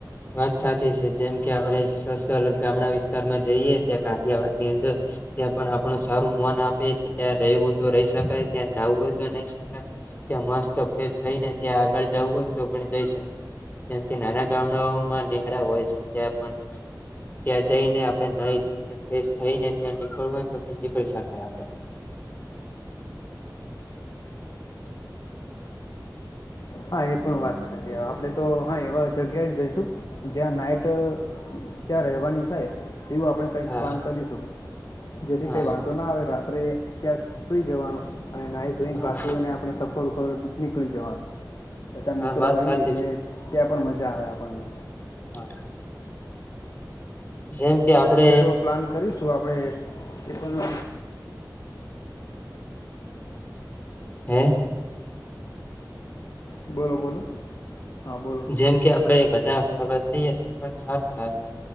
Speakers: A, on the left; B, on the left.
A: વાત સાચી છે જેમ કે આપણે <unintelligible> ગામડા વિસ્તારમાં જઈએ ત્યાં કાઠિયાવાડ ની અંદર ત્યાં પણ આપણુ સારું આપે ત્યા રેવુ હોય તો રઈ સકાય ત્યા નાવુ હોય તો નહીક ત્યા મસ્ત ફેશ થઈ ત્યાં આગળ જવું હોય તો પણ જઈ શ જેમ કે નાના ગામડાઓમાં નેહળા હોય છે ત્યાં પણ ત્યાં જઈને આપણે નાઈ ફેશ થઈને ત્યાં નીકળવુ હોય તો પણ નીકળી શકાય આપણે <inaudible>
B: હા એ પણ વાત સાચી આપણેે તો હા એવા જગ્યા જ જઈશું જ્યાં નાઈટ ત્યાં રહેવાની થાય એવું આપણે કઈક
A: હા
B: પ્લાન કરીશું જેથી
A: હા
B: કઈ વાંધો ના આવે રાત્રે ત્યાં સુઈ જવાનું અને નાઈ ધોઈને
A: હા
B: પાછું એને આપણે સફર ઉપર નીકળી જવાનું બધા
A: હા
B: મિત્રો
A: વાત
B: હોય
A: સાચી
B: એટલે
A: છે
B: ત્યાં પણ મજા આવે આપણને
A: હા જેમ કે આપડે
B: બીજો તો પ્લાન કરીશું આપડે તે પણ
A: હે
B: બોલો બોલો હા બોલો
A: જેમ કે આપડે બધા ફરવા જઈએ તો પણ સારું લાગે